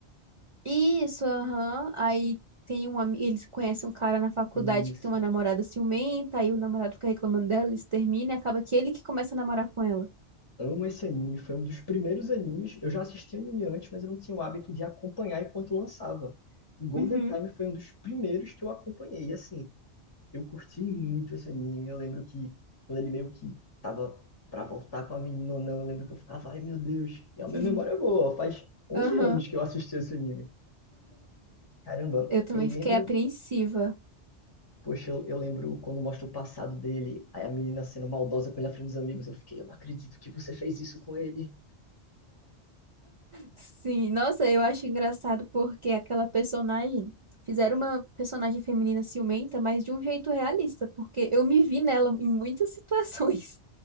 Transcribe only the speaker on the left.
Isso.
Amo esse anime, foi um dos primeiros animes. Eu já assisti anime antes, mas eu não tinha o hábito de acompanhar enquanto lançava. O Golden
Time foi um dos primeiros que eu acompanhei. E assim, eu curti muito esse anime. Eu lembro que quando ele meio que tava pra voltar com a menina ou não, eu lembro que eu ficava, ai meu Deus. E a minha
memória é boa, faz 11
anos que eu assisti esse anime. Caramba,
eu lembro,
poxa, eu, eu lembro quando mostra o passado dele, aí a menina sendo maldosa com ele à frente dos amigos. Eu fiquei, eu não acredito que você fez isso com ele.